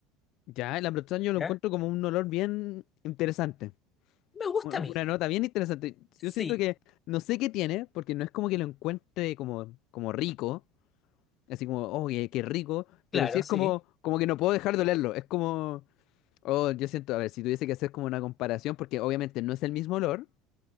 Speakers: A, on the left (about 60°); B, on the left (about 30°).
A: Ya, el Ambrosian yo lo
B: ¿ya?
A: encuentro como un olor bien interesante.
B: Me gusta
A: u- Una
B: a mí.
A: nota bien interesante.
B: Sí,
A: Yo siento que no sé qué tiene, porque no es como que lo encuentre como, como rico, así como, oh, qué, qué rico,
B: claro,
A: pero sí es
B: sí,
A: como, como que no puedo dejar de olerlo. Es como, oh, yo siento, a ver, si tuviese que hacer como una comparación, porque obviamente no es el mismo olor,